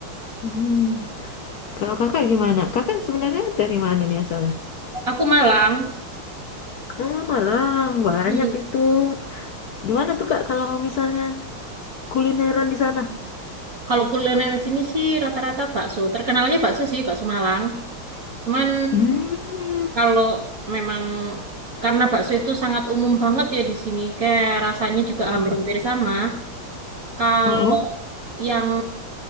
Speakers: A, on the left; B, on the right.
A: Hmm, Kalau kakak gimana? Kakak sebenarnya dari mana nih asalnya?
B: Aku Malang.
A: Hmm, Malang, banyak
B: Hmm.
A: itu. Gimana tuh kak kalau misalnya kulineran di sana?
B: Kalau kuliner di sini sih rata-rata bakso. Terkenalnya bakso sih, bakso Malang. Cuman
A: Hmm,
B: kalau memang karena bakso itu sangat umum banget ya di sini, kayak rasanya juga
A: yuk.
B: hampir-hampir sama. Kalau
A: Oh, oh.
B: yang